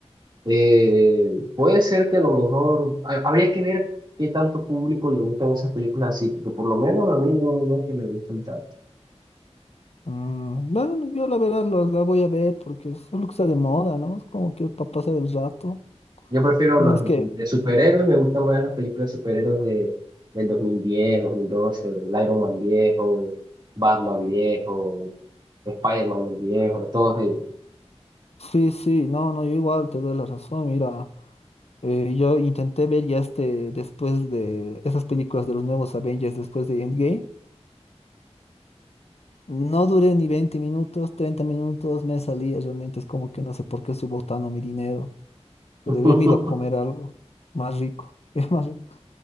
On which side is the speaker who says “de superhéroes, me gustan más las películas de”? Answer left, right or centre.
Right